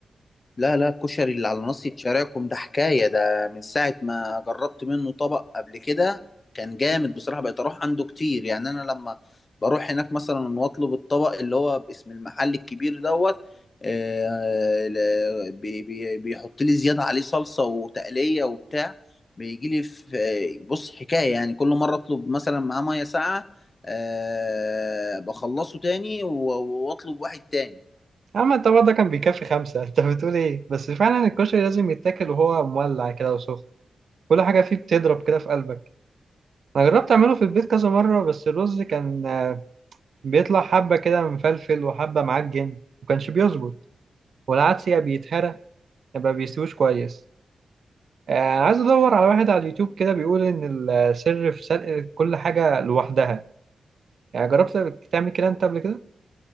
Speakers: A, on the left; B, on the right.
A: لا لا الكشري اللي على ناصية شارعكم ده حكاية ده من ساعة ما جربت منه طبق قبل كده كان جامد بصراحة بقيت أروح عنده كتير يعني أنا لما بروح هناك مثلا وأطلب الطبق اللي هو باسم المحل الكبير دوت آه، ل- بي- بي- بيحط لي زيادة عليه صلصة وتقلية وبتاع بيجي لي في بص حكاية يعني كل مرة أطلب مثلا معاه مية ساقعة آه، بخلصه تاني و- وأطلب واحد تاني
B: أما الطبق ده كان بيكفي خمسة <laughs> أنت بتقول إيه بس فعلا الكشري لازم يتاكل وهو مولع كده وسخن كل حاجة فيه بتضرب كده في قلبك أنا جربت أعمله في البيت كذا مرة بس الرز كان بيطلع حبة كده مفلفل وحبة معجن مكانش بيظبط والعدس يا بيتهرى يبقى بيستويش كويس آه، عايز ادور على واحد على اليوتيوب كده بيقول ان السر في سلق كل حاجه لوحدها يعني جربت تعمل كده انت قبل كده